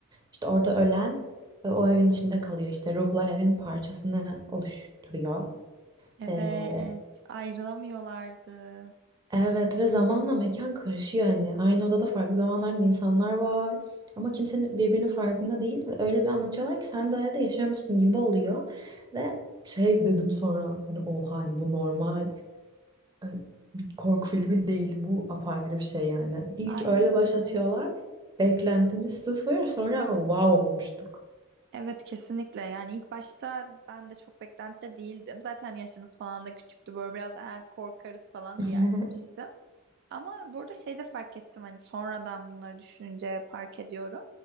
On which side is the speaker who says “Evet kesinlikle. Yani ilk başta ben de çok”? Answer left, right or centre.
Right